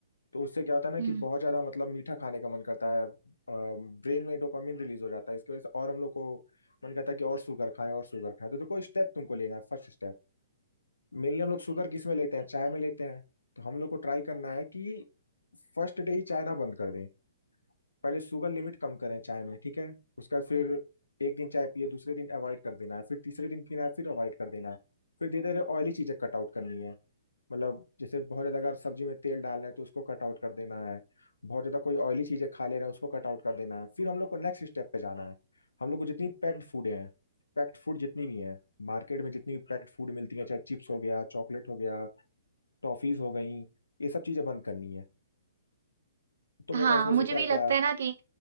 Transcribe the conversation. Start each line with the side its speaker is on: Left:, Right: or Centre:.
Left: तो उससे क्या होता है ना
Right: हम्म,
Left: कि बहुत ज्यादा मतलब मीठा खाने का मन करता है ब्रेन में डोपामिन रिलीज हो जाता है इसकी वजह से और हम लोग को मन करता है कि और शुगर खाएं और शुगर खाएं तो देखो स्टेप तुमको लेना है फर्स्ट स्टेप मेनली हम लोग शुगर किस में लेते हैं चाय में लेते हैं तो हम लोग को ट्राई करना है कि फर्स्ट डे ही चाय ना बंद कर दें पहले शुगर लिमिट कम करें चाय में ठीक है उसका फिर एक दिन चाय पिए दूसरे दिन अवॉइड कर देना है फिर तीसरे दिन पीना है फिर अवॉइड कर देना है फिर धीरे धीरे ऑयली चीजें कट आउट करनी है मतलब जैसे बहुत ज्यादा अगर सब्जी में तेल डालना है तो उसको कट आउट कर देना है बहुत ज्यादा कोई ऑयली चीजें खा ले रहे हैं उसको कट आउट कर देना है फिर हम लोग को नेक्स्ट स्टेप पे जाना है हम लोग को जितनी पैक्ड फूड है पैक्ड फूड जितनी भी है मार्केट में जितनी भी पैक्ड फूड मिलती है चाहे चिप्स हो गया चॉकलेट हो गया टॉफीज हो गई ये सब चीजें बंद करनी है तुम
Right: हाँ
Left: बताओ इसमें
Right: मुझे
Left: से क्या
Right: भी लगता
Left: क्या
Right: है ना कि